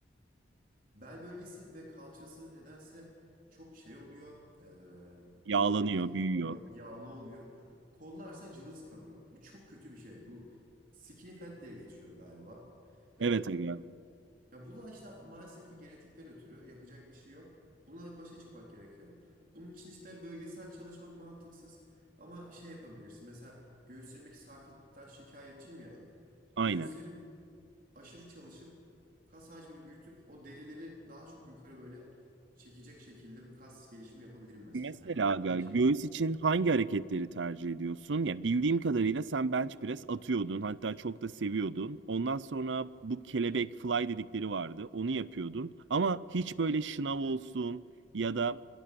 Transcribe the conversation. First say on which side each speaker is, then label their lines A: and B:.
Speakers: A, on the right (about 50°); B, on the right (about 80°).
A: bel bölgesi ve kalçası nedense çok şey oluyor. E,
B: Yağlanıyor,
A: gel- geniş
B: büyüyor.
A: oluyor, yağlı oluyor. Kollarsa cılız kalıyor. Bu çok kötü bir şey. Bu skinny fat diye geçiyor galiba. E,
B: Evet aga,
A: Ya bu da işte maalesef ki genetikten ötürü yapacak bir şey yok. Bununla başa çıkmak gerekiyor. Bunun için işte bölgesel çalışmak mantıksız. Ama şey yapabilirsin. Mesela göğüslerimdeki sarkıklıktan şikayetçiyim ya.
B: aynen.
A: Göğüslerimi aşırı çalışıp kas hacmini büyütüp o derileri daha çok yukarı böyle çekecek şekilde bir kas gelişimi yapabilirim mesela.
B: Mesela
A: Hani
B: aga,
A: öyle şey
B: göğüs
A: olabilir.
B: için hangi hareketleri tercih ediyorsun? Ya bildiğim kadarıyla sen bench press atıyordun, hatta çok da seviyordun. Ondan sonra bu kelebek fly dedikleri vardı, onu yapıyordun. Ama hiç böyle şınav olsun ya da